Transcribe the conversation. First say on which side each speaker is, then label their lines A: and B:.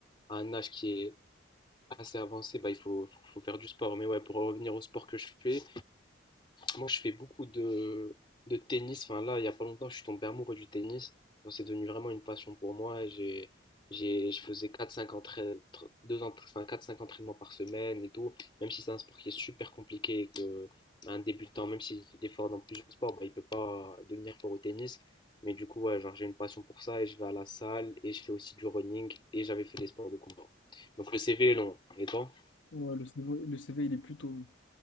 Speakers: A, on the left; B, on the left.
A: à un âge qui est assez avancé, bah il faut, faut, faut faire du sport. Mais ouais, pour revenir au sport que je fais, moi, je fais beaucoup de, de tennis. Enfin, là, il n'y a pas longtemps, je suis tombé amoureux du tennis. Donc, c'est devenu vraiment une passion pour moi. Et J'ai, j'ai, je faisais quatre, cinq entra- tr- deux entra- enfin, 4-5 entraînements par semaine et tout. Même si c'est un sport qui est super compliqué et que un débutant, même s'il est fort dans plusieurs sports, bah, il ne peut pas devenir fort au tennis. Mais du coup, ouais, genre, j'ai une passion pour ça et je vais à la salle et je fais aussi du running et j'avais fait des sports de combat. Donc, le CV est long. Et toi?
B: Ouais, le CV, le CV, il est plutôt long.